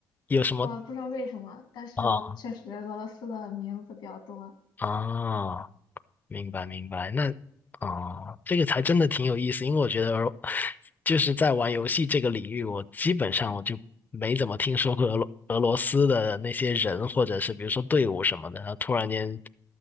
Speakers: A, on the left (about 25°); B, on the left (about 75°).
A: 有什么
B: 我不知道为什么，但是确实俄罗斯的名字比较多。
A: 啊啊？明白明白，那啊、这个才真的挺有意思，因为我觉得俄，就是在玩游戏这个领域，我基本上我就没怎么听说过俄罗俄罗斯的那些人，或者是比如说队伍什么的，然后突然间，